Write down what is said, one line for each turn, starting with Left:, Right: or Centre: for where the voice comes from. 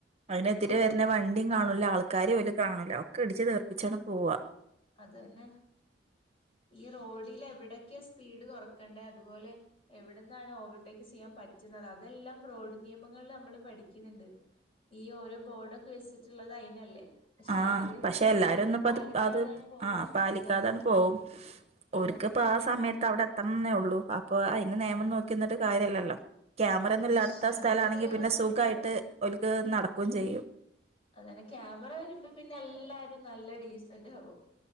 Left: അതന്നെ
Right: അയിനെതിരെ വെരുന്ന വ- ണ്ടി കാണൂല ആൾക്കാരെയോലും കാണൂല്ല ഒക്കെ ഇടിച്ച് തെർപ്പിച്ചാണ് പോവാ
Left: അത് അന്നെ ഈ റോഡിലെവടൊക്കെയാ സ്പീഡ് കൊറക്കണ്ടേ അതുപോലെ എവടന്നാണ് ഓവർടേക്ക് ചെയ്യാൻ പറ്റുന്നത് അതെല്ലാം റോഡ് നിയമങ്ങളില് നമ്മള് പഠിക്കുന്നുണ്ട് ഈ ഓരോ ബോർഡൊക്കെ വെച്ചിട്ടൊള്ളത് അയിനല്ലേ പക്ഷെ
Right: ആഹ
Left: അതൊന്നും
Right: പക്ഷെ എല്ലാരും
Left: അതൊന്നും
Right: ഒന്നും ഇപ്പോ
Left: പാലിക്കാതാണ്
Right: അത് അത്
Left: പോകുന്നെ
Right: ആഹ പാലിക്കാതാണ്
Left: അതന്നെ
Right: പോവും ഒർക്കിപ്പ
Left: അതന്നെ
Right: ആഹ സമയത്ത് അവടെ എത്തണംന്നേ ഒള്ളൂ അപ്പൊ അയിന് നെയമം നോക്കിനിന്നിട്ട് കാര്യല്ലല്ലോ ക്യാമറൊന്നും
Left: അതന്നെ
Right: ഇല്ലാടുത്ത
Left: ക്ഷമ
Right: സ്ഥലം ആണെങ്കി
Left: ഇല്ലാന്ന്
Right: പിന്നെ സുഖായിട്ട്
Left: പറഞ്ഞിട്ട് പോകും
Right: ഓല്ക്ക് നടക്കുവേമ് ചെയ്യും
Left: അതന്നെ ക്യാമറ വരുമ്പോ പിന്നെ എല്ലാരും നല്ല ഡീസന്റ് ആവും